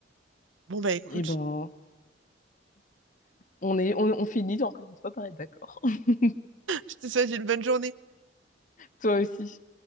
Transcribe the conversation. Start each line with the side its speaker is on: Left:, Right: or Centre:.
Right: Bon bah écoute,
Left: Eh ben, on est, on, on finit encore une fois par être d'accord. <laughs>
Right: <laughs> je te souhaite une bonne journée.
Left: Toi aussi.